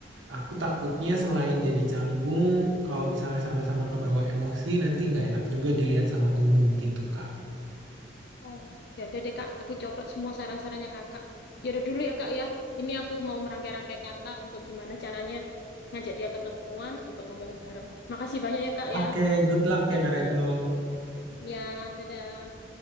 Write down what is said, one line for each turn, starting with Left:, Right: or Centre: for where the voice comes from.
Right: Aku takutnya selain jadi canggung, kalau misalnya sama-sama kebawa emosi, nanti nggak enak juga dilihat sama umum gitu, Kak.
Left: Oh. Ya udah deh, Kak. Aku coba semua saran-sarannya Kakak. Ya udah dulu ya, Kak ya. Ini aku mau merangkai-rangkai kata untuk gimana caranya ngajak dia ketemuan untuk ngomong bareng. Makasih banyak ya, Kak
Right: Oke,
Left: ya.
Right: good luck
Left: Nasihatnya.
Right: ya, Kak Retno.
Left: Ya, dadah.